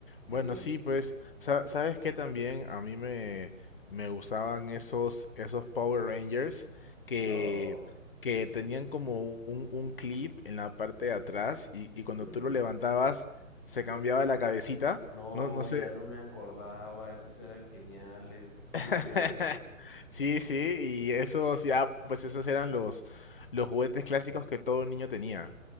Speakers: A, on the left; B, on the left.
A: Bueno,
B: Sí.
A: sí, pues, sa- ¿sabes qué también? A mí me, me gustaban esos, esos Power Rangers que,
B: Oh,
A: que tenían como un, un clip en la parte de atrás y, y cuando
B: mm,
A: tú lo levantabas se cambiaba la cabecita.
B: no,
A: No, no sé.
B: ya no me acordaba. Esos eran geniales. Sí
A: <laughs>
B: es cierto.
A: Sí, sí, y esos, ya, pues esos eran los, los juguetes clásicos que todo niño tenía.